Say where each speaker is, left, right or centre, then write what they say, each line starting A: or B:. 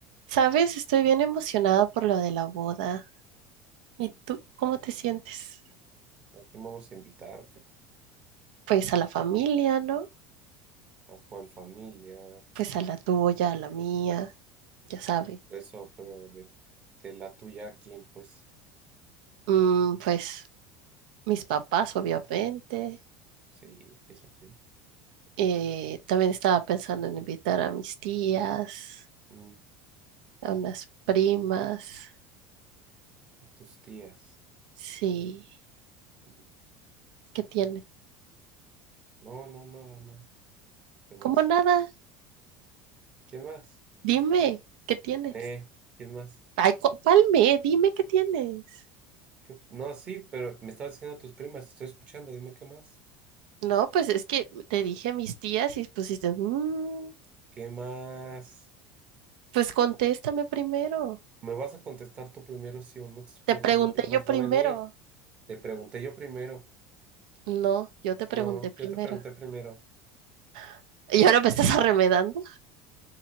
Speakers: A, on the right (about 85°); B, on the right (about 25°).
A: Sabes, estoy bien emocionada por lo de la boda. ¿Y tú cómo te sientes?
B: ¿A quién vamos a invitar? ¿Qué-
A: Pues a la familia, ¿no?
B: ¿A cuál familia?
A: Pues a la tuya, a la mía, ya sabes.
B: Eso, pero de, de la tuya, ¿a quién? Pues
A: Mm, pues mis papás, obviamente.
B: sí, eso sí.
A: Eh, también estaba pensando en invitar a mis tías,
B: Mm,
A: a unas primas.
B: Tus tías.
A: Sí,
B: Mm,
A: ¿qué tiene?
B: No, no, nada, nada. ¿Qué más?
A: ¿Cómo nada?
B: ¿Quién más?
A: Dime, ¿qué tienes?
B: Eh, ¿quién más?
A: Ay, co- palme, dime qué tienes.
B: ¿Qué- No, sí, pero me estabas diciendo tus primas, estoy escuchando, dime qué más.
A: No, pues es que te dije mis tías y pusiste... "Mm".
B: ¿Qué más?
A: Pues contéstame primero.
B: ¿Me vas a contestar tú primero, sí o no? Te estoy
A: Te
B: preguntando
A: pregunté
B: quién más
A: yo primero.
B: va a venir. Te pregunté yo primero.
A: No, yo te pregunté
B: No,
A: primero.
B: yo te pregunté primero.
A: <laughs> ¿Y ahora me estás arremedando?